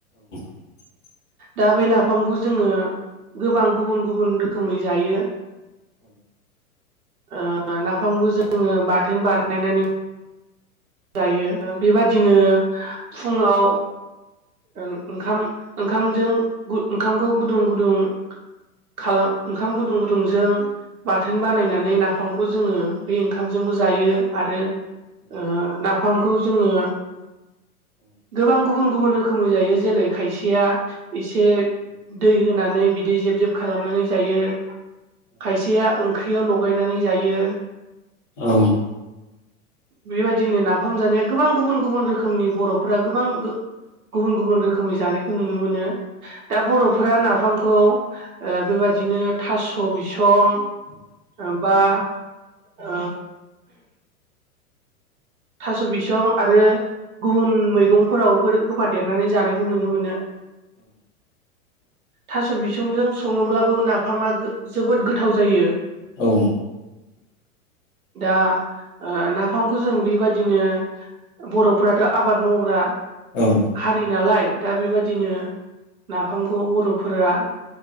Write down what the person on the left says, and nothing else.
<inaudible>
औ
औ
औ